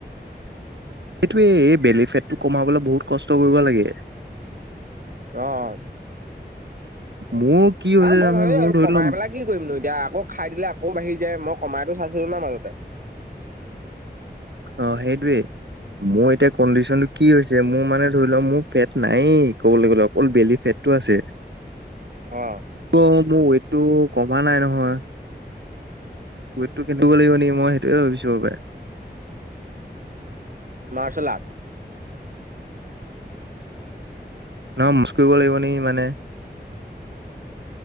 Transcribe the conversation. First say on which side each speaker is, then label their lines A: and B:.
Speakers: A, on the right; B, on the right.
A: এইটোয়ে এই বেলি ফেটটো কমাবলৈ বহুত কষ্ট কৰিব লাগে!
B: অ
A: মোৰ কি হৈছে
B: আহ মই
A: জানো
B: ভাবি
A: মোৰ
B: আৰু
A: ধৰি
B: কমাই
A: লম
B: পেলাই কি কৰিম নো এতিয়া আকৌ খাই দিলে আকৌ বাঢ়ি যায়। মই কমাইতো চাইছিলো না মাজতে।
A: অ সেইটোৱে মোৰ এতিয়া কণ্ডিশনটো কি হৈছে মোৰ মানে ধৰি লওক মোৰ ফেট নাই ক'বলৈ গ'লে অকল বেলি ফেট আছে।
B: অ
A: অ মোৰ ৱটটো কমা নাই নহয় <unintelligible> নেকি লাগিবে মইয়ে ভাবি চো পাই!
B: মাৰ্ল আৰ্ট।
A: নহয় মুসকৰিব লাগিব নি মানে